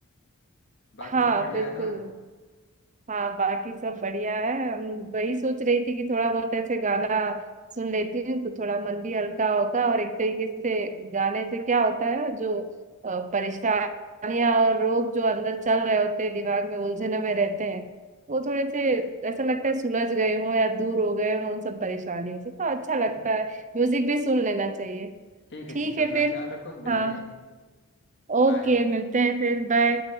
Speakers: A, on the left; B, on the right.
A: बाकी
B: हाँ
A: सब बढ़िया
B: बिल्कुल
A: है ना
B: हाँ बाकी सब बढ़िया है हम वही सोच रही थी कि थोड़ा बहुत ऐसे गाना सुन लेती हूँ तो थोड़ा मन भी हल्का होता है और एक तरीके से गाने से क्या होता है जो अ, परेशानियां और रोग जो अंदर चल रहे होते हैं दिमाग में उलझने में रहते हैं वो थोड़े से ऐसा लगता है सुलझ गए हो या दूर हो गए हो उन सब परेशानियों से तो अच्छा लगता
A: ठीक
B: है म्यूजिक भी सुन लेना चाहिए
A: ठीक है
B: ठीक
A: ठीक है
B: है
A: अपना
B: फिर
A: ख्याल रखो मिलते
B: हाँ
A: हैं
B: ओके
A: बाय
B: मिलते हैं फिर बाय